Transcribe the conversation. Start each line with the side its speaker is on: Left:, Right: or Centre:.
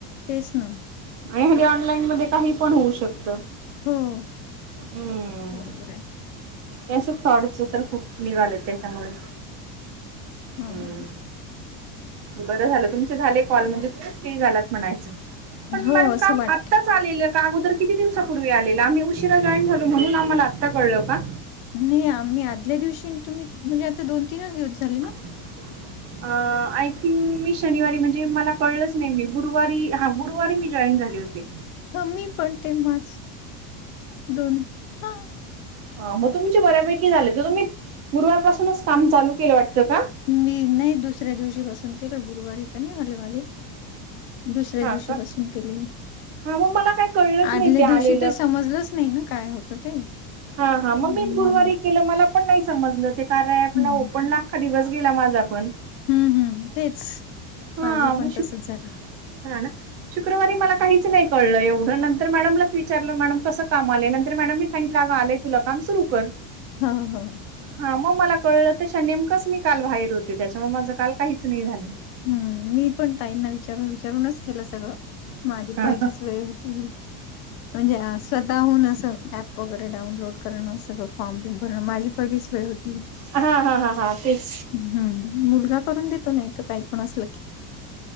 Left: तेच ना.
Right: आणि हेनी ऑनलाईन मध्ये काही पण होऊ शकत.
Left: हम्म.
Right: हम्म
Left: बरोबर आहे.
Right: ये अस फ्रॉडच तर खूप निघालेत. त्याच्यामुळे
Left: ह
Right: हम्म. बरं झालं तुमचे झालेत कॉल म्हणजे तुम्ही फ्री झालात म्हणायचं. पण
Left: हो
Right: मॅडम
Left: असं
Right: काम
Left: वाटते
Right: आत्ताच आलेलं अगोर कितीवसापूर्वी आलेलं आम्ही उशिरा. उशिरा ऐकवा जॉन झाल म्हणून आम्हाला आता कळल का.
Left: नाही आम्ही आदल्या दिवशी तुम्ही म्हणजे आता दोन-तीनच दिवस झाले ना.
Right: <inaudible> अ आय थिंक मी शनिवारी म्हणजे मला कळलंच नाही मी गुरुवारी हा. गुरुवारी मी जॉईन झाली होते.
Left: ह मी पण तेव्हाच दोन हा.
Right: ह मग तुमचे बऱ्यापैकी झाले तर तुम्ही गुरुवारपासूनच काम चालू केलं वाटतं का.
Left: मी नाही दुसऱ्या दिवशी पासून केलं गुरुवारी तर नाही झाले माझे. दुसऱ्या
Right: हा
Left: दिवशी
Right: का?
Left: पासून केले मी.
Right: हा मग मला काय कळलंच नाही
Left: आदल्या
Right: आलेलं
Left: दिवशी ते समजलंच नाही ना काय होतं ते.
Right: हा, हा म
Left: मग
Right: मी गुरुवारी केलं, मला पण नाही समजलं ते. कार्या ॲपला
Left: हम्म
Right: ओपनला आख्खा दिवस गेला माझा पण.
Left: हम्म हम्म तेच
Right: हा
Left: माझं पण
Right: म शु
Left: तसच झालं
Right: हा ना. शुक्रवारी मला काहीच नाही कळलं एवढं, नंतर मॅडमलाच विचारलं मॅडम कसं काम आले नंतर मॅडम नी सांगि लागा आलाय तुला काम सुरू कर.
Left: हा हा हा!
Right: हा मग मला कळलं तशा नेमकंच मी काल बाहेर होते, त्याच्यामुळे माझं काल काहीच नाही झालं.
Left: हूं, मी पण ताईंना विचारून विचारूनच केलं सगळं. माझी
Right: हा
Left: पहिलीच वेळ होती, म्हणजे आ सद. ताहून असं ऍप वगैरे डाऊनलोड करणं, सगळं फॉर्म बिम भरणं, माझी पहिलीच वेळ होती.
Right: हा हा हां हां, तेच.
Left: हूं मुलगा करून देतो नाही त काही पण असल की.